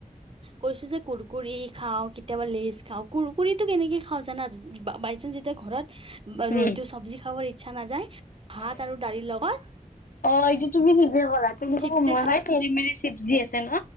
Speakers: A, on the right; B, on the left.
A: কৈছো যে কুৰকুৰি খাওঁ কেতিয়াবা লেজ খাওঁ কুৰকুৰিটো কেনেকে খাওঁ জানা? যেতিয়া ঘৰত
B: উম
A: ৰু চব্জি খাবৰ ইচ্ছা নাযায়, ভাত
B: হয় হয়
A: আৰু দাৰি লগত
B: অ', এইটো তুমি ঠিকে ক'লা তেনেকা
A: চিপছে
B: সময়
A: খাই
B: হয় তেৰ মেৰে চিবজি আছে ন